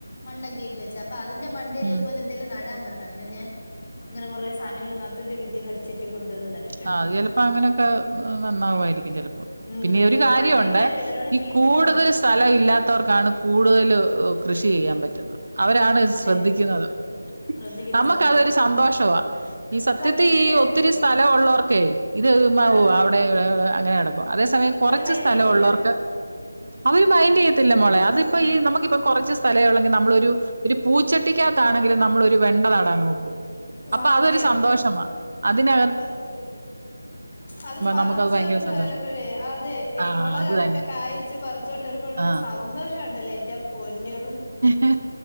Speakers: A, on the left; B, on the right.
A: മണ്ണോക്കിട്ട് വെച്ചപ്പ പ്പതിന്റെ മണ്ടേല്
B: ഉം
A: ഇതുപോലെ എന്തേലും നട് ടാൻ പർഞ്ഞു അങ്ങനെ ഞാൻ ങ്ങനെ കൊറെ സാനങ്ങള് നാത്തുന്റെ വീട്ടീന്ന് അടിച്ച് മാറ്റി കൊണ്ടോന്ന് നട്ട്
B: ആഹ് അത് ചെലപ്പോ അങ്ങനെയൊക്കെ നന്നാവായിരിക്കും ചെലപ്പോ
A: ഉം
B: പിന്നെ ഒരു
A: ഇപ്പൊ
B: കാര്യുണ്ട്
A: മഴയും കൂടെ അല്ലേ നല്ലോണം
B: ഈ
A: കിളിക്കുന്നുണ്ട്
B: കൂടുതൽ സ് സ്ഥലം ഇല്ലാത്തവർക്കാണ് കൂടുതല് കൃഷി ചെയ്യാൻ പറ്റുന്നത് അവരാണ്
A: അതെ
B: ശ്രദ്ധിക്കുന്നത്
A: ശ്രദ്ധിക്കുന്നു
B: നമ്മക്കതൊരു
A: സത്യം
B: സന്തോഷവാ ഈ സത്യത്തി
A: സത്യം
B: ഈ
A: ചേച്ചി
B: ഒത്തിരി സ്ഥ ല ഉള്ളോർക്കെ ഇത് മാവ്
A: ആ
B: അവ്ടെ വടെ അങ്ങനെ കെടക്കും പ്പം അതേ സമയം കൊറച്ച്
A: അവര് മൈൻഡ്
B: സ്ഥലവുള്ളോർക്ക്
A: ചെയ്യത്തില്ല
B: അവര് മൈൻഡെയ് ത്തില്ല മോളെ അതിപ്പ
A: ആ
B: ഈ നമ്മക്കിപ്പൊ കൊർച്ച് സ് സ്ഥലെ ഒള്ളെങ്കി നമ്മളൊരു ഒരു പൂച്ചട്ടിക്കകത്താണെങ്കിലും നമ്മള് ഒരു വെണ്ട നടാൻ നോക്കും അപ്പൊ
A: സത്യം
B: അതൊരു സന്തോഷമാ അതിനക
A: സത്യം അത് പറിച്ചോണ്ട്
B: നമുക്കത് ഭയങ്കര സന്തോഷം
A: വരുമ്പഴേ അതെ ഈ
B: ആ
A: മൊളകൊക്കെ
B: അത് തന്നെ
A: കായ് ച്ച് പറിച്ചോണ്ട് വരുമ്പോഴ്ഴ്
B: ആ
A: സന്തോഷണ്ടല്ലോ എന്റെ പൊന്നോ
B: ഹ്